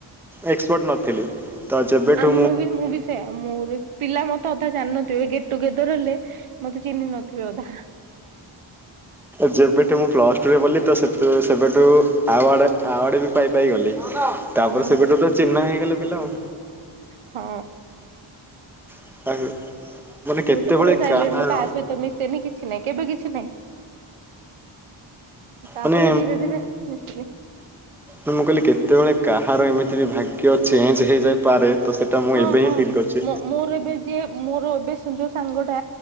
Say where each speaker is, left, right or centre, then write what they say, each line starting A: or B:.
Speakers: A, in the centre; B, on the right (about 80°).
A: ଏକ୍ସପର୍ଟ ନଥିଲି। ତ ଯେବେଠୁ
B: ଆ ମୁଁ ବି ମୁଁ ବି ସେଇଆ ମୁଁ ବି ପିଲା ମତେ ଅଧା ଜାଣିନଥିବେ ଗେଟ୍ ଟୁଗେଦର ହେଲେ ମତେ ଚିହ୍ନି ନଥିବେ ଅଧା।
A: ଯେବେ ଠୁ ମୁଁ ପ୍ଲସ୍ ଟୁରେ ପଢ଼୍‌ଲି ତ ସେତେବେଳେ ସେବେଠୁ ଆୱାର୍ଡ଼େ ଆୱାର୍ଡ଼ ବି ପାଇ ପାଇ ଗଲି। ତାପରେ
B: ହଁ
A: ସେବେଠୁ ତ ଚିହ୍ନା ହେଇଗଲେ ପିଲା ଆଉ।
B: ହଁ।
A: ଆଉ। ମାନେ
B: ମୁଁ
A: କେତେବେଳେ
B: ତ ପୁରା ସାଇଲେଣ୍ଟ୍
A: କାହାର
B: ମୁଁ କାହା ସହିତ ମିଶେନି କିଛି ନାହିଁ। କେବେ କିଛି ନାହିଁ ତାପରେ
A: ମାନେ
B: ଧୀରେ ଧୀରେ ମିଶିଲି।
A: ତ ମୁଁ କହିଲି କେତେବେଳେ କାହାର ଏମିତି ବି ଭାଗ୍ୟ ଚେଞ୍ଜ୍ ହେଇଯାଇପାରେ। ତ ସେଇଟା ମୁଁ
B: ହଁ
A: ଏବେ
B: ହଁ
A: ହିଁ ଫିଲ୍ କରୁଛି
B: ମୋ-ମୋର ଏବେ ଯିଏ ମୋର ଏବେ ସନ୍ ଯୋଉ ସାଙ୍ଗ ଟା